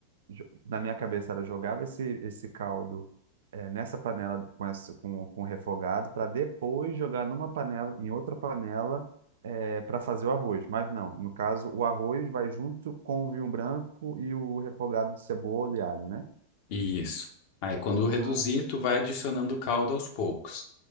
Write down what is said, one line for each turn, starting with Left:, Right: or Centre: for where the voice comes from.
Right: jo- na minha cabeça era jogava esse, esse caldo eh, nessa panela com, essa, com, com refogado para depois jogar numa panela, em outra panela para fazer o arroz. Mas não, no caso, o arroz vai junto com o vinho branco e o refogado de cebola e alho, né?
Left: Isso. Aí quando
Right: Ah,
Left: reduzir, tu vai adicionando o caldo aos poucos.